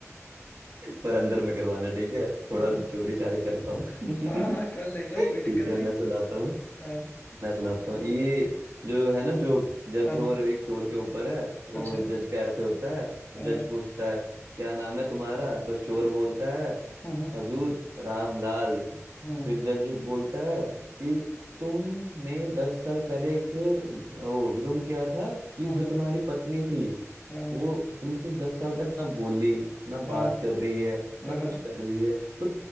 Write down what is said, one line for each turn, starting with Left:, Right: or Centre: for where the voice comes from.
Right: पर अंदर में करवाना ठीक है थोड़ा
Left: <laughs>
Right: चोरी चारी कर पाऊं
Left: हाँ हाँ कर
Right: <laughs>
Left: लेना कोई दिक्कत
Right: ठीक है
Left: नहीं
Right: मैं सुनाता
Left: हाँ
Right: मैं सुनाता हूँ ये जो है ना जोक जज
Left: हाँ
Right: और
Left: हाँ,
Right: एक चोर के ऊपर है तो
Left: अच्छा
Right: जज का ऐसे होता है तो
Left: हाँ हाँ
Right: जज पूछता है क्या नाम है तुम्हारा तो चोर बोलता है
Left: हाँ हाँ
Right: हजूर रामलाल
Left: हाँ
Right: फिर जज बोलता है कि तुमने दस साल पहले एक वो जुर्म किया था कि
Left: हाँ
Right: जो तुम्हारी पत्नी थी
Left: हाँ
Right: वो तुमसे दस साल तक ना बोली ना बात
Left: हाँ
Right: कर रही है ना
Left: हाँ,
Right: कुछ
Left: हाँ,
Right: कर रही है तो